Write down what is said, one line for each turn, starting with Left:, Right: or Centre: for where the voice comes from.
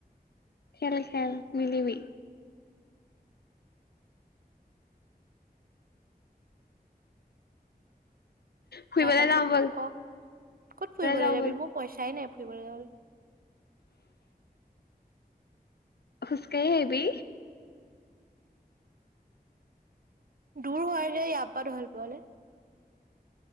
Left: খেল খেল মিলিবি। ফুৰিবলৈ
Right: তাৰ পাছত
Left: যাওঁ ব'ল
Right: কহ, কত ফুৰিবলৈ
Left: যাওঁ
Right: যাবি
Left: ব'ল
Right: মোৰ পইচাই নাই ফুৰিবলৈ যাবলৈ।
Left: অ' খোজ কাঢ়ি আহিবি।
Right: দূৰ হয় ইয়াৰপা ধৈল পুৰলে।